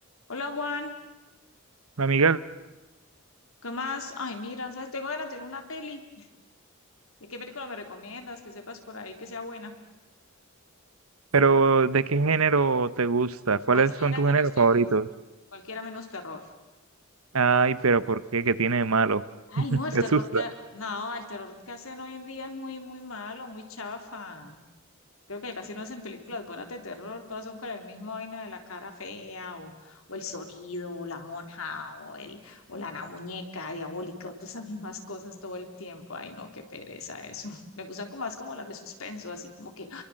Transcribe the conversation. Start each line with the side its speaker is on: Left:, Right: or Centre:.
Left: Hola Juan,
Right: Amiga,
Left: ¿qué más? Ay, mira, ¿sabes? Tengo ganas de ver una peli. ¿De qué película me recomiendas? Que sepas por ahí que sea buena.
Right: pero ¿de qué género te gusta? ¿Cuáles
Left: Cualquiera
Right: son tus
Left: menos
Right: géneros
Left: terror,
Right: favoritos?
Left: cualquiera menos terror.
Right: Ay, pero ¿por qué? ¿Qué tiene de malo?
Left: Ay,
Right: <laughs>
Left: no, el
Right: ¿Te
Left: terror
Right: asusta?
Left: que, no, el terror que hacen hoy en día es muy, muy malo, muy chafa. Creo que casi no hacen películas buenas de terror, todas son con el mismo vaina de la cara fea o, o el sonido o la monja o el o la, na- muñeca diabólica o todas esas mismas cosas todo el tiempo. Ay, no, qué pereza eso. <laughs> Me gustan como más como las de suspenso, así como que,